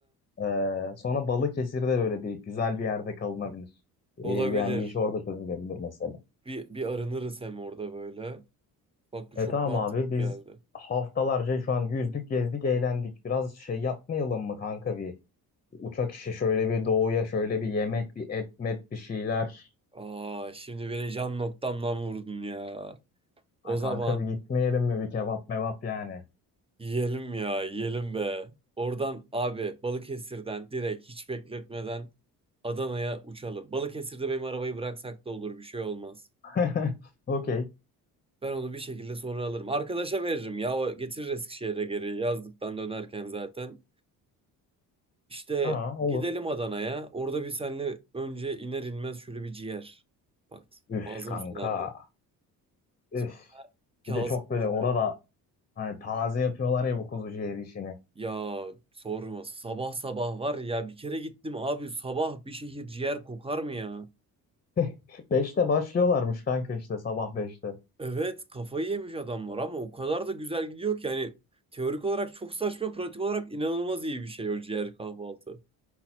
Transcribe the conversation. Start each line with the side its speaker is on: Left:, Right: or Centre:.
Left: Ee, sonra Balıkesir'de böyle bir güzel bir yerde kalınabilir.
Right: <laughs> Olabilir.
Left: Airbnb işi orada çözülebilir mesela.
Right: Bir, bir arınırız hem orada böyle. Bak bu
Left: E
Right: çok
Left: tamam
Right: mantıklı
Left: abi biz
Right: geldi.
Left: haftalarca şu an yüzdük, gezdik, eğlendik. Biraz şey yapmayalım mı kanka bir uçak işi şöyle bir doğuya şöyle bir yemek bir et met bir şeyler.
Right: Aa şimdi beni can noktamdan vurdun ya. O
Left: Ha
Right: zaman
Left: kanka bir gitmeyelim mi bir kebap mebap yani.
Right: yiyelim ya yiyelim be. Oradan abi Balıkesir'den direkt hiç bekletmeden Adana'ya uçalım. Balıkesir'de benim arabayı bıraksak da olur bir şey olmaz.
Left: <laughs> Okey.
Right: Ben onu bir şekilde sonra alırım. Arkadaşa veririm ya o getirir Eskişehir'e geri yazdıktan dönerken zaten. İşte
Left: Aa, olur.
Right: gidelim Adana'ya. Orada bir senle önce iner inmez şöyle bir ciğer. Bak
Left: Üf
Right: ağzım
Left: kanka.
Right: sulandı. Sonra
Left: Üf.
Right: Kazım
Left: Bir de çok böyle
Right: Paşa'ya.
Left: orada hani taze yapıyorlar ya bu kuzu ciğeri işini.
Right: Ya sorma. Sabah sabah var ya bir kere gittim abi sabah bir şehir ciğer kokar mı ya?
Left: <laughs> Beşte başlıyorlarmış kanka işte sabah beşte.
Right: Evet kafayı yemiş adamlar ama o kadar da güzel gidiyor ki yani teorik olarak çok saçma pratik olarak inanılmaz iyi bir şey o ciğer kahvaltı.